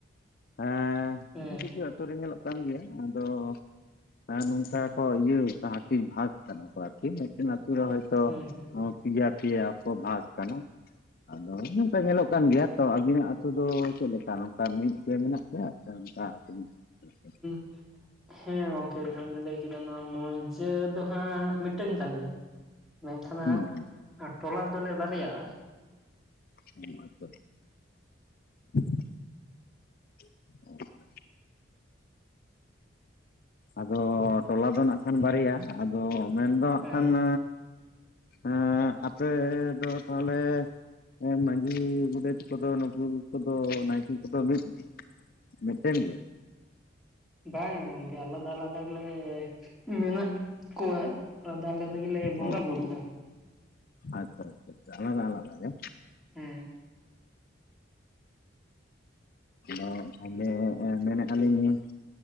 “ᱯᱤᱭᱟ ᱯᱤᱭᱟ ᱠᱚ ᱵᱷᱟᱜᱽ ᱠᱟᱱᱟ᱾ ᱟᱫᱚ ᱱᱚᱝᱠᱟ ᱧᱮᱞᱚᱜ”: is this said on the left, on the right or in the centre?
Left